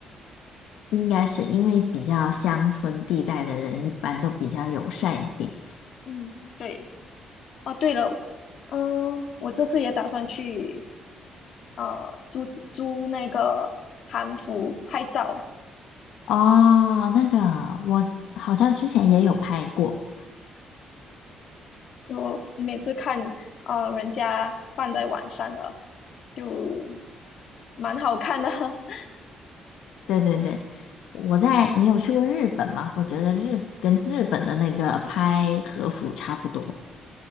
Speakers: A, on the left (about 80°); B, on the left (about 65°).
A: 应该是因为比较乡村地带的人一般都比较友善一点。
B: <laughs> 嗯，对。哦，对了，嗯，我这次也打算去呃租租那个韩服拍照，
A: 哦，那个我好像之前也有拍过，
B: 就每次看呃人家放在晚上的，就蛮好看的。<laughs>
A: 对对对，我在，你有去过日本吗？我觉得日跟日本的那个拍和服差不多。